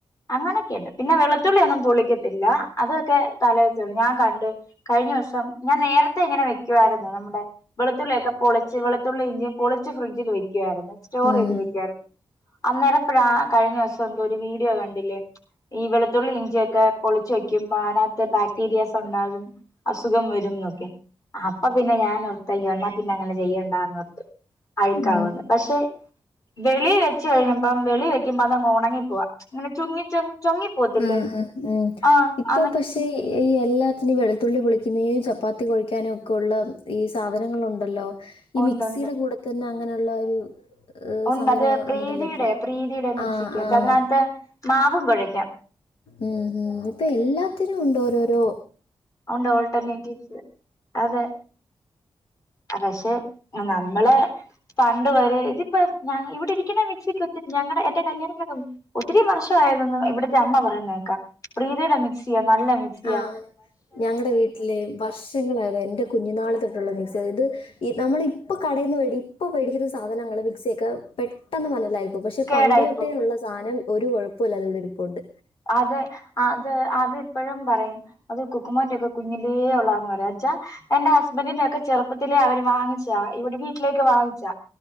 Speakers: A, on the left; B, on the left.
A: അങ്ങനൊക്കെ ഉണ്ട് പിന്നെ വെളുത്തുളളി ഒന്നും പൊളിക്കത്തില്ല അതൊക്കെ തലേ ദിവസം ഞാൻ കണ്ട് കഴിഞ്ഞ വർഷം ഞാൻ നേരത്തെ ഇങ്ങനെ വയ് - നമ്മുടെ വെളുത്തുള്ളിയൊക്കെ പൊളിച്ച് വെളുത്തുള്ളി ഇഞ്ചി പൊളിച്ച് ഫ്രിഡ്ജിൽ വെക്കുയിരുന്നു സ്റ്റോർ
B: ഉം
A: ചെയ്ത് വെക്കുവായിരുന്നു അന്നേരം കഴിഞ്ഞ ദിവസം ഒരു വീഡിയോ കണ്ടില്ലേ ഈ വെളുത്തുള്ളി ഇഞ്ചിയൊക്കെ പൊളിച്ചു വെക്കുമ്പോ അതിനക ത്ത ബാക് ടീരിയസ് ഒണ്ടാകും അസുഖം വരും എന്നൊക്കെ അപ്പൊ പിന്നെ ഞാൻ ഓർത്ത് അയ്യോ എന്നാ പിന്നെ അങ്ങനെ ചെയ്യണ്ടാന്ന്ർന്നു അഴുക്കാവന്ന്
B: ഉം
A: പക്ഷെ വെളിൽ വെച്ച കഴിഞ്ഞ പ്പം വെളിവെക്കുമ്പം ഇത്‌ അങ്ങ് ഒണങ്ങിപ്പോവാ ഇങ്ങനെ ചുങ്ങി ചു ചുങ്ങി പോവത്തില്ലേ
B: ഉം ഉം
A: ആഹ്
B: ഇപ്പൊ
A: അന്ന്
B: പക്ഷെ ഈ എല്ലാത്തിനും വെളുത്തുള്ളി പൊളിക്ക ക്കുന്നതിനും ചപ്പാത്തി കൊഴക്കാനും ഒക്കെെള്ള ഈ സാധനങ്ങളുണ്ടല്ലോ ഈ
A: ഉണ്ട്
B: മിക്സിയുടെ
A: ഉണ്ട്
B: കൂട തന്നെ അങ്ങനെയുള്ള ഒരു ഏഹ്
A: ഉണ്ട്
B: സംവിധാനം
A: അത് പ്രീതിയുടെ
B: ഉണ്ടല്ലോ ഇപ്പൊ
A: പ്രീതിയുടെ മിക്സി
B: ആഹ്
A: ക്കതിനാത്ത്
B: ആഹ്
A: മാവും കൊഴക്കാം
B: ഉം ഹ് ഇപ്പൊ എല്ലാത്തിനും ഉണ്ടോരോ ലോ
A: ഉണ്ട് ഓൾട്ടർനേറ്റീവ്സ് അതെ പക്ഷെ നമ്മളെ പണ്ട് വരെ ഇതിപ്പോ ഞ ഇവിടെ ഇരിക്കുന്ന മിക്സിക്ക് ഒത്തി ഞങ്ങളെ എന്റെ കല്യാണക്ക ഒത്തിരി വർഷ ആയതന്ന് ഇവിടത്തെ അമ്മ പറയും ന്നേക്കാം പ്രിതി ടെ മിക്സിയാ നല്ല മിസിയാ
B: ആഹ് ഞങ്ങടെ വീട്ടില് വർഷ എന്റെ കുഞ്ഞുന്നാള് തൊട്ടുള്ള മിക്സിയാ ഇത് ഈ നമ്മളിപ്പ കടയിന്ന് ഇപ്പ മേടിക്കുന്ന സാധനങ്ങള് മിക്സിയൊക്കെ പെട്ടെന്ന് പന്നലായി പോവും പക്ഷേ
A: കേടായിപ്പോ
B: പണ്ടുതൊട്ടെയുള്ള സാധനം ഒരു കുഴപ്പമില്ല അതോവിടെയിരിപ്പൊണ്ട്
A: അതെ അത് അത് ഇപ്പോഴും പറയും അത് കുക്കുമോന്റെൊക്കെ കുഞ്ഞിലേ ഉള്ളതന്ന് പറയാച്ചാ എന്റെ ഹസ്ബൻഡിന്റെറെ ഒക്കെ ചെറുപ്പത്തില അവര് വാങ്ങിച്ച ദാ ഇവിടെ വീട്ടിലേക്ക് വാങ്ങിച്ചാ